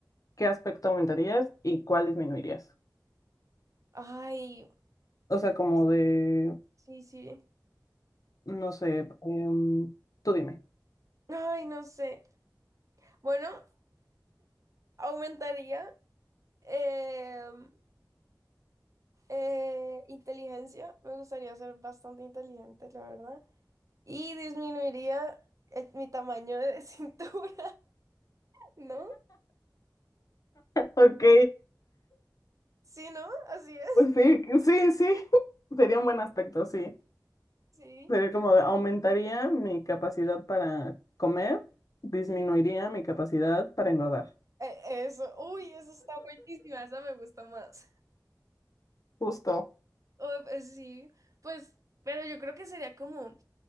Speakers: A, on the left (about 50°); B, on the right (about 45°).
A: ¿qué aspecto aumentarías y cuál disminuirías?
B: Ay,
A: O sea,
B: no,
A: como de
B: sí, sí.
A: No sé, em, tú dime.
B: Ay, no sé. Bueno, aumentaría em, eh, inteligencia. Me gustaría ser bastante inteligente, la verdad. y disminuiría el- mi tamaño de <laughs> cintura, ¿no?
A: Ok,
B: Sí, ¿no? Así es.
A: pues sí, sí, sí, <laughs> sería un buen aspecto, sí.
B: Sí.
A: Sería como de- aumentaría mi capacidad para comer, disminuiría mi capacidad para engordar.
B: E- eso. Uy, eso está buenísima. Esa me gusta más.
A: Justo,
B: Oh, pues sí. Pues, pero yo creo que sería como.